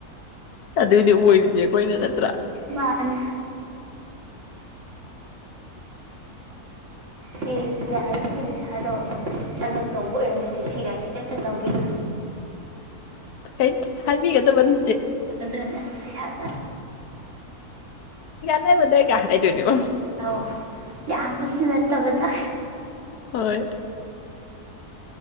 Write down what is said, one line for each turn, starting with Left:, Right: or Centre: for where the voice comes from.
Left: ꯑꯗꯨꯏꯗꯤ ꯑꯣꯏꯔꯤꯗꯤꯦ ꯑꯩꯈꯣꯏꯅ ꯅꯠꯇ꯭ꯔꯥ
Right: ꯃꯥꯅꯦ ꯁꯤ ꯌꯥꯔꯤꯁꯤ ꯄꯩꯁꯥꯗꯣ ꯆꯪꯉꯛꯇꯧꯕ ꯑꯣꯏꯔꯝꯃꯗꯤ ꯁꯤꯒꯁꯤ ꯀꯩꯝꯇ ꯇꯧꯕꯤꯕ
Left: ꯀ ꯍꯥꯏꯕꯤꯒꯗꯕꯅꯤ
Right: ꯑꯗꯨꯅ ꯑꯁꯤ ꯥꯏ
Left: ꯅ ꯣꯗꯥꯏ ꯀꯍꯥꯏ ꯇꯅꯤꯕ
Right: ꯑꯧ ꯌꯥꯝꯕꯁꯨ ꯅꯠꯇꯕꯗ
Left: ꯍꯣꯏ